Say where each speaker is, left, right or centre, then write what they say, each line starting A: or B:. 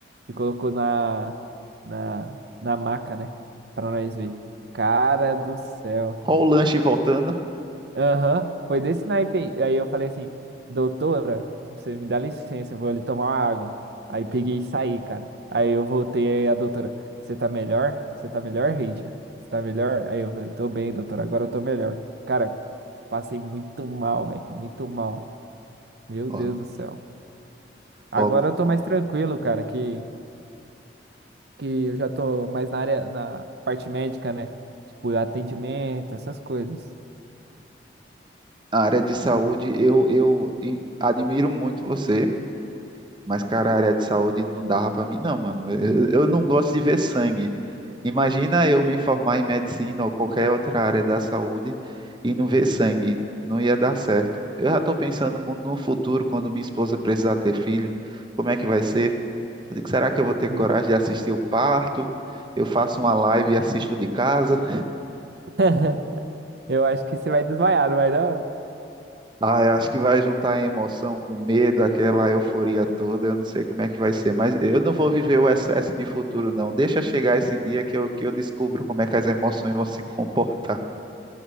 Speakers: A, on the right; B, on the right.
A: e colocou na, na, na maca, né? Pra nós ver. Cara do céu.
B: Ó o lanche voltando.
A: Aham, foi desse naipe aí. Aí eu falei assim, doutora, você me dá licença, eu vou ali tomar uma água. Aí peguei e saí, cara. Aí eu voltei aí a doutora, você tá melhor? Você tá melhor, Ranger? Você tá melhor? Aí eu falei, tô bem, doutora, agora eu tô melhor. Cara, passei muito mal, velho, muito mal. Meu
B: Ó,
A: Deus do céu. Agora
B: ó, com-
A: eu tô mais tranquilo, cara, que, que eu já tô mais na área, na parte médica, né? Tipo, atendimento, essas coisas.
B: a área de saúde, eu, eu in- admiro muito você, mas, cara, a área de saúde não dava pra mim, não, mano. Eu, eu não gosto de ver sangue. Imagina eu me formar em medicina ou qualquer outra área da saúde e não ver sangue. Não ia dar certo. Eu já tô pensando quando- no futuro, quando minha esposa precisar ter filho, como é que vai ser? Eu digo, será que eu vou ter
A: <laughs>
B: coragem de assistir o parto? Eu faço uma live e assisto de casa?
A: <laughs> Eu acho que você vai desmaiar, não vai não?
B: Ah, eu acho que vai juntar a emoção com o medo, aquela euforia toda. Eu não sei como é que vai ser, mas eu não vou viver o excesso de futuro, não. Deixa chegar esse dia que eu, que eu descubro como é que as emoções vão se comportar.